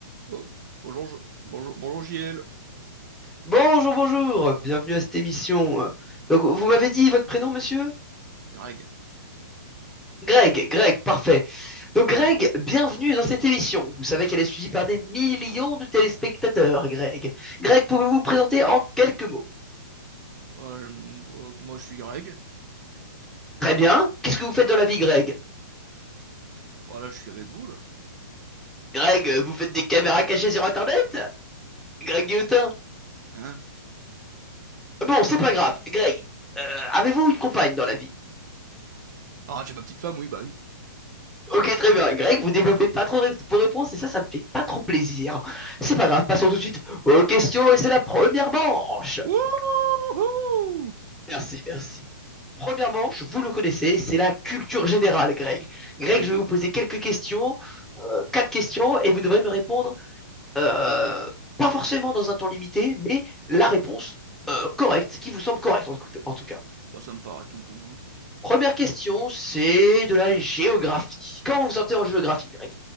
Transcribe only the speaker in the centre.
Bonjour, bonjour, bienvenue à cette émission. Euh, Donc, vous m'avez dit votre prénom, monsieur?
Greg, Greg, parfait. Donc, Greg,
bienvenue dans cette émission. Vous savez qu'elle est suivie par des millions de téléspectateurs, Greg. Greg, pouvez-vous vous présenter en quelques mots?
Très bien. Qu'est-ce que vous faites dans la vie, Greg?
Greg, euh, vous faites des caméras cachées sur Internet? Greg Guillotin?
Bon, c'est pas grave. Greg, euh, avez-vous une compagne dans la vie?
Ok, très bien. Greg, vous développez pas trop ré- vos réponses et ça, ça me fait pas trop plaisir. C'est pas grave, passons tout de suite aux questions et c'est la première manche.
Merci, merci. Première manche, vous le connaissez, c'est la culture générale, Greg. Greg,
je vais vous poser quelques questions, euh, quatre questions, et vous devrez me répondre, euh, pas forcément dans un temps limité, mais la réponse euh, correcte, qui vous semble correcte en, en tout cas.
Première question, c'est de la géographie. Comment vous sentez en géographie, Greg?